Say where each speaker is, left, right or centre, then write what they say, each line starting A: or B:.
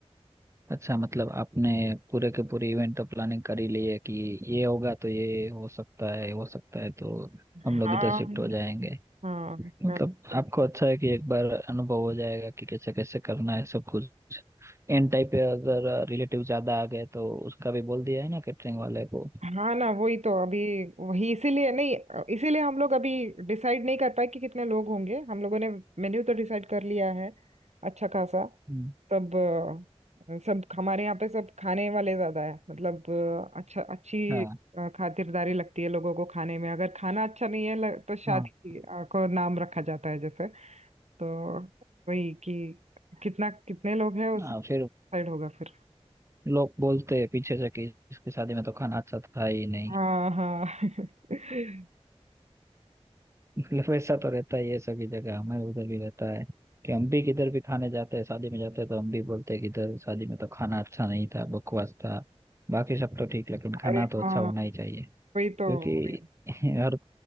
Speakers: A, on the right (about 25°); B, on the right (about 80°).
A: अच्छा मतलब आपने पूरे के पूरे इवेंट तो प्लानिंग कर ही ली है कि ये होगा तो ये हो सकता है, हो सकता है तो हम
B: हाँ
A: लोग इधर शिफ्ट हो जाएंगे।
B: हाँ
A: मतलब
B: करना पड़ता
A: आपको अच्छा
B: है।
A: है कि एक बार अनुभव हो जाएगा कि कैसे कैसे करना है सब कुछ। एन टाइप पे अगर रिलेटिव ज्यादा आ गए तो उसका भी बोल दिया है ना कैटरिंग वाले को।
B: हाँ ना वही तो अभी वही इसीलिए नहीं इसीलिए हम लोग अभी डिसाइड नहीं कर पाए कि कितने लोग होंगे हम लोगों ने मेन्यू तो डिसाइड कर लिया है अच्छा खासा
A: हम्म,
B: तब अ, सब हमारे यहाँ पे सब खाने वाले ज्यादा है मतलब अ, अच्छा अच्छी
A: हाँ,
B: अ, खातिरदारी लगती है लोगों को खाने में अगर खाना अच्छा नहीं है लग- तो शादी
A: हाँ।
B: अ, को नाम रखा जाता है जैसे तो वही कि कितना कितने लोग हैं उस
A: हाँ,
B: साइड
A: फिर
B: होगा फिर
A: लोग बोलते हैं पीछे से कि इसकी शादी में तो खाना अच्छा था ही नहीं
B: हाँ हाँ <laughs>
A: मतलब ऐसा तो रहता ही है सभी जगह हमें उधर भी रहता है कि हम भी किधर भी खाने जाते हैं शादी में जाते हैं तो हम भी बोलते हैं कि इधर शादी में तो खाना अच्छा नहीं था बकवास था बाकी सब तो ठीक लेकिन खाना
B: अरे
A: तो अच्छा
B: हाँ
A: होना ही चाहिए
B: वही तो
A: क्योंकि
B: वही
A: <laughs> हर